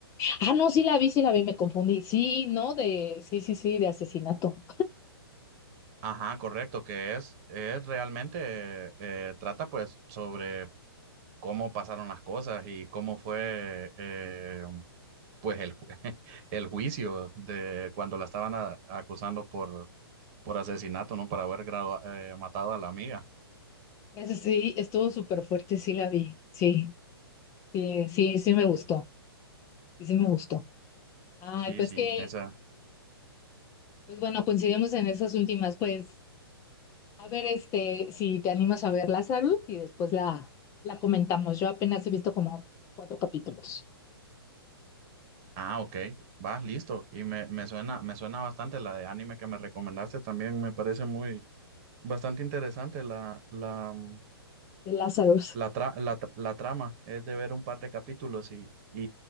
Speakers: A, on the left (about 25°); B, on the right (about 40°).
A: Ah, no, sí la vi, sí la vi, me confundí. Sí, no, de, sí, sí, sí, de asesinato.
B: Ajá, correcto, que es, es realmente, eh, trata pues sobre cómo pasaron las cosas y cómo fue eh, pues el, ju- <laughs> el juicio de cuando la estaban a- acusando por por asesinato, ¿no? Por haber gradua- eh, matado a la amiga.
A: Eso sí, estuvo súper fuerte, sí la vi, sí. Sí, sí, sí me gustó, sí, sí me gustó. Ay,
B: Sí,
A: pues
B: sí,
A: que,
B: esa.
A: pues bueno, coincidimos en esas últimas, pues, a ver, este, si te animas a ver Lazarus y después la, la comentamos. Yo apenas he visto como cuatro capítulos
B: Ah, ok, va, listo. Y me, me suena, me suena bastante la de anime que me recomendaste también, me parece muy, bastante interesante la, la, mm,
A: de Lazarus.
B: la, tra- la, tra- la trama. Es de ver un par de capítulos y, y,